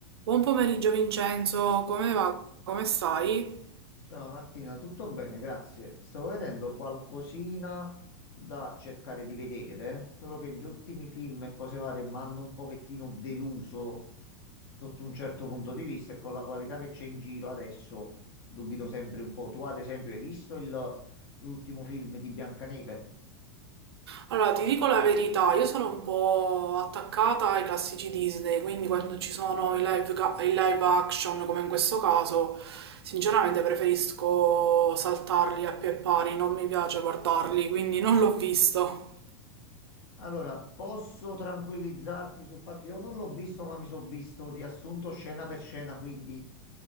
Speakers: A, on the right (about 80°); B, on the left (about 65°).
A: Buon pomeriggio Vincenzo, come va? Come stai?
B: Ciao Martina, tutto bene, grazie. Stavo vedendo qualcosina da cercare di vedere, solo che gli ultimi film e cose varie mi hanno un pochettino deluso sotto un certo punto di vista e con la qualità che c'è in giro adesso dubito sempre un po'. Tu ad esempio hai visto il- l'ultimo film di Biancaneve?
A: Allora, ti dico la verità, io sono un po' attaccata ai classici Disney, quindi quando ci sono i live, ca- i live action, come in questo caso, sinceramente preferisco saltarli a pie pari, non mi piace guardarli, quindi non l'ho visto.
B: Allora, posso tranquillizzarti sul fatto, io non l'ho visto, ma mi sono visto riassunto scena per scena, quindi